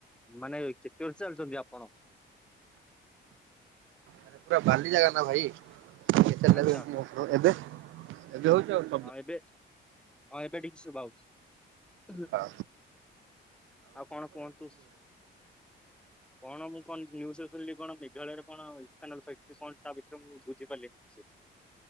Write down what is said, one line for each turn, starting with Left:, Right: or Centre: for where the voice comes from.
Centre: ମାନେ କେତେ ବେଳେ ଚାଲିଛନ୍ତି ଆପଣ।
Right: ଆରେ ପୁରା ବାଲି ଜାଗା ନା ଭାଇତ <unintelligible>
Centre: ଆଚ୍ଛା
Right: ଏବେ ଏବେ ହଉଚି।
Centre: ହଁ ଏବେ ହଁ ଏବେ ଠିକ ଶୁଭାଯାଉଛି।
Right: ହଁ
Centre: ଆଉ କଣ କୁହନ୍ତୁ। କଣ ମୁଁ କ କଣ ନିୟୁଜରୁ ଶୁଣିଲି କଣ ମେଘାଳୟରେ କଣ ଇଥାନୋଲ ଫ୍ୟାକ୍ଟ୍ରି କଣ ତା ବିଷୟରେ ମୁଁ ବୁଝିପାରିଲିନି। <inaudible>